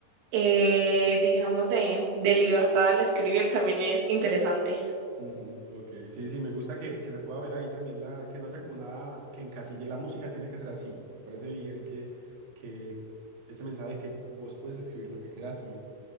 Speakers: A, on the right; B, on the right.
A: eh, digamos, de, de libertad al escribir también es interesante.
B: Ujú, ok, sí, sí, me gusta que, que se pueda ver ahí también la, que no haya como nada que encasille la música, tiene que ser así. Me parece bien que, que ese mensaje de que vos puedes escribir lo que quieras y